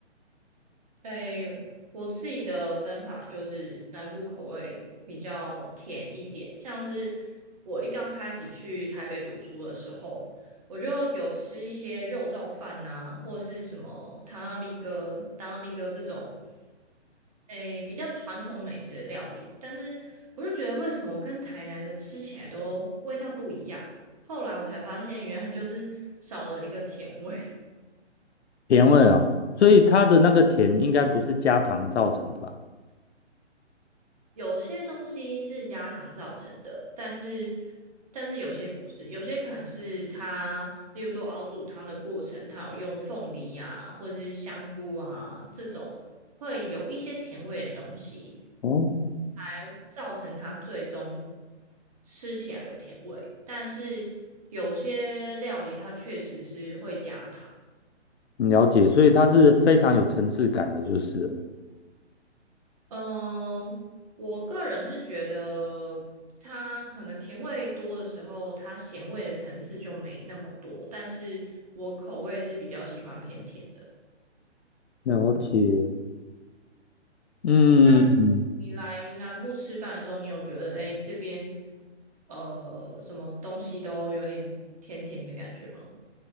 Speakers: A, on the right; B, on the left.
A: 诶，我自己的分法就是南部口味比较甜一点，像是我一刚开始去台北读书的时候，我就有吃一些肉燥饭呐、或是什么汤阿米哥、汤阿米哥这种，诶，比较传统美食的料理，但是我就觉得为什么跟台南的吃起来都味道不一样，后来我才发现原来就是少了一个甜味。
B: 甜味哦，所以它的那个甜应该不是加糖造成的吧？
A: 有些东西是加糖造成的，但是但是有些不是，有些可能是它，例如说熬煮汤的过程，它有用凤梨啊，或者是香菇啊这种会有一些甜味的东西，
B: 哦，
A: 来造成它最终吃起来有甜味。但是有些料理它确实是会加糖。
B: 了解，所以它是非常有层次感的，就是了。
A: 嗯，我个人是觉得它可能甜味多的时候，它咸味的层次就没那么多，但是我口味是比较喜欢偏甜的。
B: 了解，嗯。
A: 那你来南部吃饭的时候，你有觉得哎诶这边呃什么东西都有点甜甜的感觉吗？